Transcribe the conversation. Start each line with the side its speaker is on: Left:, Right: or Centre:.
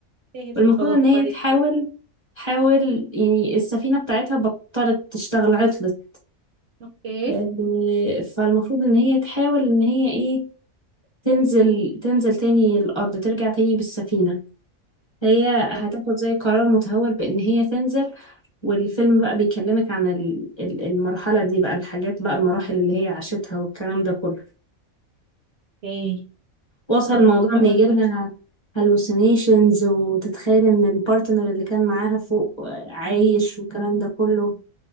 Right: تاهت
Left: والمفروض
Right: في الفضاء
Left: ان هي
Right: بعدين
Left: تحاول تحاول يعني السفينة بتاعتها بطلت تشتغل عطلت
Right: اوكي
Left: إيه، فالمفروض ان هي تحاول ان هي ايه تنزل تنزل تاني الارض ترجع تاني بالسفينة هي
Right: تمام
Left: هتاخد زي قرار متهور بان هي تنزل والفيلم بقى بيكلمك عن ال- ال- المرحلة دي بقى الحاجات بقى المراحل اللي هي عاشتها والكلام ده كله
Right: اوكي
Left: وصل
Right: لا
Left: الموضوع
Right: ده حلو
Left: ان يجي
Right: قوي برضه
Left: لها هلوسينيشنز وتتخيل ان البارتنر اللي كان معاها فوق عايش والكلام ده كله